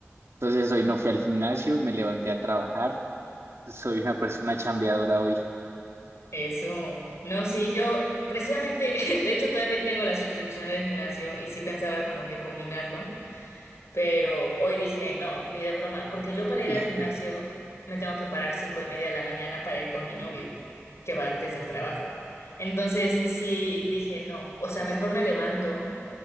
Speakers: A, on the right (about 60°); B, on the left (about 65°).
A: entonces hoy no fui al gimnasio, me levanté a trabajar. Soy una persona chambeadora hoy.
B: Eso. No, sí, yo precisamente, <laughs> de hecho todavía tengo la suscripción del gimnasio y sí pensaba como que combinarlo, pero hoy dije, no, ni de broma, porque yo para ir
A: <laughs>
B: al gimnasio me tengo que parar cinco y media de la mañana para ir con mi novio, que va antes del trabajo. Entonces, sí, dije, no, o sea, mejor me levanto.